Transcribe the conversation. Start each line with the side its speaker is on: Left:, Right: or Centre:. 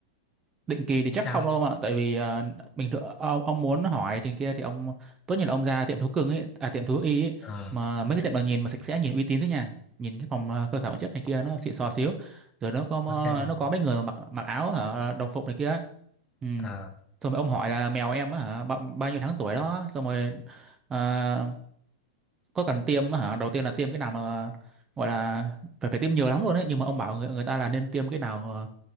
Right: định kỳ thì chắc
Left: sao
Right: không đâu mà tại vì ờ, bình thường ông ông muốn hỏi thì kia thì ông tốt nhất là ông ra tiệm thú cưng ấy à tiệm thú y ấy
Left: ờ
Right: mà mấy cái tiệm nào nhìn mà sạch sẽ nhìn uy tín thế nha nhìn cái phòng ờ, cơ sở vật chất này kia nó xịn sò xíu rồi nó có
Left: ok
Right: ờ, nó có mấy người mặc mặc áo hả đồng phục này kia ừ.
Left: ờ
Right: xong rồi ông hỏi là mèo em á hả bao, bao nhiêu tháng tuổi đó xong rồi ờ, có cần tiêm á hả đầu tiên là tiêm cái nào mà gọi là phải phải tiêm nhiều lắm luôn đấy, nhưng mà ông bảo người, người ta là nên tiêm cái nào ờ,